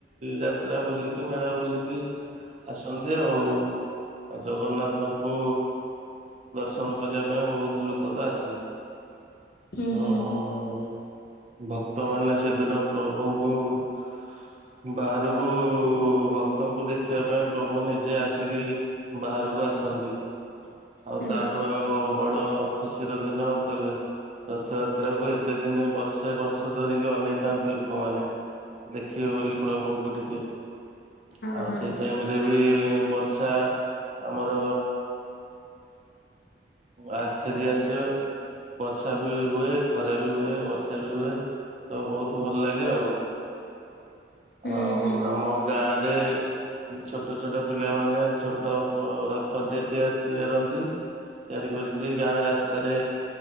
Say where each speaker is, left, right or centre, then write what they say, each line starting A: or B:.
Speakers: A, on the right (about 40°); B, on the left (about 55°).
A: ଯାତ୍ରା ବୁଲିକି ମେଳା ବୁଲିକି ଆସନ୍ତି ଆଉ। ଆ ଜଗନ୍ନାଥଙ୍କୁ ଦର୍ଶନ କରିବା ପାଇଁ ବୋହୁତ ଲୋକ ତ ଆସନ୍ତି। <inaudible>
B: ହୁଁ
A: ହଁ
B: ହୁଁ
A: ଭକ୍ତମାନେ ସେଦିନ ପ୍ରଭୁଙ୍କୁ <inaudible> ବାହାରୁକୁ ଭ ତଙ୍କୁ ଦେଖିବା ପାଇଁ ପ୍ରଭୁ ନିଜେ ଆସିକି ବାହାରୁକୁ ଆସନ୍ତି। ଆଉ
B: ହୁଁ
A: ତାଠୁ ଆଉ ବଡ଼୍ ଦ ଖୁସିର ଦିନ ଆଉ କେବେ ରଥଯାତ୍ରାକୁ ଏତେ ଦିନି ବର୍ଷେ ବର୍ଷ ଧରିକି ଅନେଇଥାନ୍ତି ଲୋକମାନେ, ଦେଖିବେ ବୋଲି ପ୍ରଭୁଙ୍କୁ ଟିକେ। <inaudible>
B: ହଁ
A: ଆଉ
B: ହଁ
A: ସେଇ ଟାଇମରେ ବି ବର୍ଷା ଆମର ଆ ଫେରିଆସେ ବର୍ଷା ବି ହୁଏ ଖରା ବି ହୁଏ ବର୍ଷା ବି ହୁଏ ତ ବୋହୁତ ଭଲ ଲାଗେ ଆଉ।
B: ହୁଁ
A: ଆଉ
B: ହୁଁ
A: ଆମ ଗାଁ ରେ ଉ ଛୋଟ ଛୋଟ ପିଲାମାନେ ଛୋ ତ ପ ରଥ ଡେ ତିଆ ତିଆରନ୍ତି ।ତିଆରି କରିକି ଗାଁ ରାସ୍ତାରେ